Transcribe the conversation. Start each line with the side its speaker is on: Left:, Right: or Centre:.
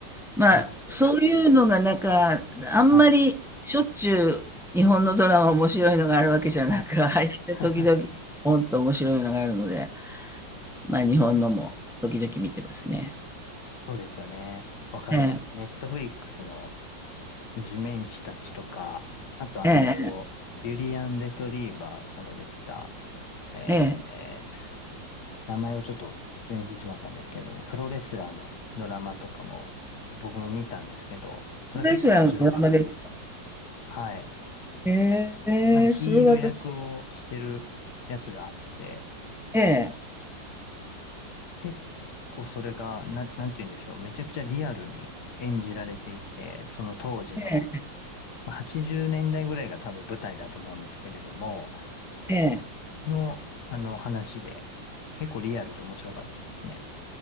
Centre: まあ、
Left: そうですよ。
Centre: そういうのがなんか、あんまりしょっちゅう日本のドラマ面白いのがあるわけじゃなく、
Left: はい。はい。
Centre: <laughs> 入って時々、
Left: <laughs>
Centre: ポンと面白いのがあるので、まあ日本のも時々見てますね。
Left: そうですよね。わかります。
Centre: ええ、
Left: ネットフリックスの地面師たちとか、あとあの、
Centre: ええ、
Left: ユリアン・レトリーバー、その出てた、えー、
Centre: ええ。
Left: 名前をちょっと失念してしまったんですけれども、プロレスラーのドラマとかも僕も見たんですけど、それは結構面白かった。
Centre: プレスラーのドラマで、
Left: はい。
Centre: ええ、
Left: なんかヒール役をしてるやつがあって、
Centre: それは私、ええ、
Left: 結構それが、な、なんて言うんでしょう。めちゃくちゃリアルに演じられていて、その当時の、
Centre: え
Left: 80年代ぐらいが多分舞台だと思うんですけれども、
Centre: え、ええ、
Left: の、あの話で、結構リアルで面白かったですね。